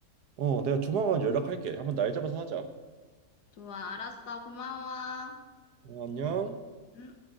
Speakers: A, on the right (about 85°); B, on the left (about 80°).
A: 어, 내가 조만간 연락할게. 한번 날 잡아서 하자.
B: 좋아, 알았어. 고마워.
A: 어, 안녕.
B: 음.